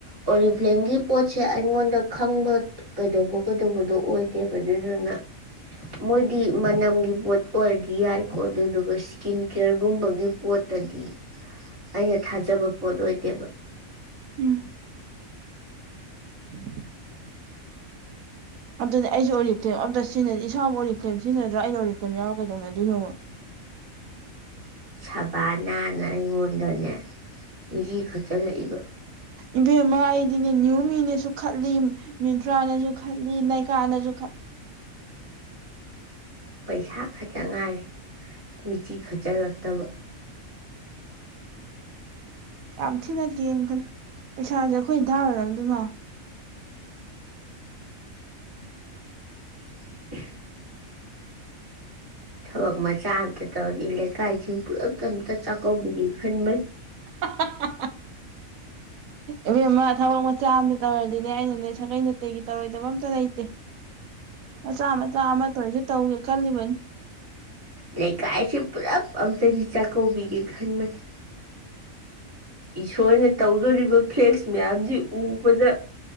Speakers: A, on the right; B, on the right.
A: ꯑꯣꯂꯤꯐ꯭ꯂꯦꯝꯒꯤ ꯄꯣꯠ ꯁꯦ ꯑꯩꯉꯣꯟꯗ ꯈꯪꯕ ꯀꯩꯗꯧꯕ ꯀꯩꯗꯧꯕꯗꯣ ꯑꯣꯏꯗꯦꯕ ꯑꯗꯨꯗꯨꯅ ꯃꯣꯏꯗꯤ ꯃꯅꯝꯒꯤ ꯄꯣꯠ ꯑꯣꯏꯔꯗꯤ ꯌꯥꯏꯀꯣ ꯑꯗꯨꯗꯨꯒ ꯏꯁꯀꯤꯟ ꯀꯦꯌꯔꯒꯨꯝꯕꯒꯤ ꯄꯣꯠꯇꯗꯤ ꯑꯩꯅ ꯊꯥꯖꯕ ꯄꯣꯠ ꯑꯣꯏꯗꯦꯕ
B: ꯎꯝ ꯎꯝ ꯑꯝꯅꯤ ꯑꯩꯁꯨ ꯑꯣꯔꯤꯞꯇꯦꯝ ꯑꯝꯇ ꯁꯤꯖꯤꯟꯅ ꯏꯁꯥꯕꯨ ꯑꯣꯔꯤꯞꯊꯦꯝ ꯁꯤꯖꯤꯟꯅꯗ꯭ꯔꯥ ꯑꯩꯅ ꯑꯣꯔꯤꯞꯇꯦꯝ ꯌꯥꯎꯔꯒ ꯀꯩꯗꯧꯅꯗꯣꯏꯅꯣ <inaudible>
A: ꯁꯕꯥꯅꯥꯅ ꯑꯩꯉꯣꯟꯗꯅꯦ ꯃꯤꯁꯤ ꯈꯛꯇꯂꯛꯏꯕ
B: ꯏꯕꯦꯝ ꯑꯃ ꯑꯩꯗꯤꯅꯦ ꯅꯤꯌꯨꯃꯤꯅꯁꯨ ꯈꯠꯂꯤ ꯃꯤꯟꯇ꯭ꯔꯥꯅꯁꯨ ꯈꯠꯂꯤ ꯅꯥꯏꯀꯥꯅꯁꯨ ꯈꯂꯤ
A: ꯄꯩꯁꯥ ꯈꯛꯇ ꯉꯥꯏꯔꯦ ꯃꯤꯆꯤ ꯈꯠꯆꯤꯜꯂꯛꯇꯕ
B: ꯌꯥꯝ ꯊꯤꯅ ꯂꯦꯒꯔꯦ ꯄꯩꯁꯥꯁꯦ ꯑꯩꯈꯣꯏ ꯊꯥꯔ ꯑꯣꯢꯔꯝꯗꯧ ꯃꯥꯂꯦ
A: ꯑꯍ ꯊꯕꯛ ꯃꯆꯥꯥꯇ ꯇꯧꯔꯗꯤ ꯂꯩꯀꯥꯏꯁꯤ ꯄꯨꯔ ꯆꯥꯛꯀ ꯈꯟꯃꯦ
B: ꯍꯥꯍꯥꯍꯥꯍꯥ ꯏꯕꯦꯝꯃ ꯊꯕꯛ ꯃꯆꯥ ꯑꯃꯝꯗ ꯇꯧꯔꯗꯤꯅꯦ ꯑꯩꯅꯅꯦ ꯁꯥꯒꯩ ꯅꯥꯇꯩꯒꯤ ꯇꯧꯔꯣꯏꯗꯕ ꯑꯝꯇ ꯂꯩꯇꯦ ꯃꯆꯥ ꯃꯆꯥ ꯑꯃꯇꯁꯨ ꯇꯧꯒꯦ ꯈꯜꯂꯤꯕꯅꯤ
A: ꯂꯩꯀꯥꯏꯁꯦ ꯄꯨꯜꯂꯞ ꯑꯝꯇꯗꯤ ꯆꯥꯛꯀꯧꯕꯤꯒꯦ ꯈꯟꯕꯅꯤ ꯏꯁꯣꯔꯅ ꯇꯧꯗꯣꯔꯤꯕ ꯐ꯭ꯂꯦꯛꯁ ꯃꯌꯥꯝꯁꯤ ꯎꯕꯗ